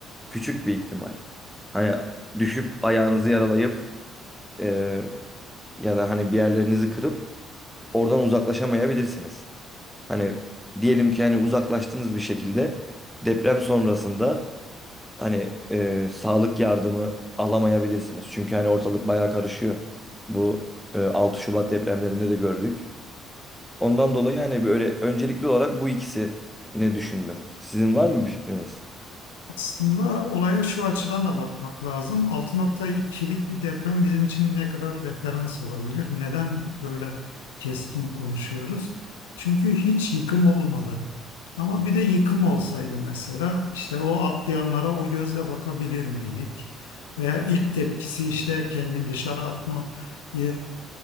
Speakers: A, in the centre; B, on the left.
A: küçük bir ihtimal. Hani düşüp ayağınızı yaralayıp e, ya da hani bir yerlerinizi kırıp oradan uzaklaşamayabilirsiniz. Hani diyelim ki hani uzaklaştınız bir şekilde deprem sonrasında hani e, sağlık yardımı alamayabilirsiniz. Çünkü hani ortalık bayağı karışıyor. Bu e, 6 Şubat depremlerinde de gördük. Ondan dolayı hani böyle öncelikli olarak bu ikisi ne düşündüm. Sizin var mı bir fikriniz?
B: Aslında olaya şu açıdan da bakmak lazım. 6.2'lik bir deprem bizim için ne kadar referans olabilir? Neden böyle keskin konuşuyoruz? Çünkü hiç yıkım olmadı. Ama bir de yıkım olsaydı mesela işte o atlayanlara o gözle bakabilir miydik? Veya ilk tepkisi işte kendini dışarı atma e,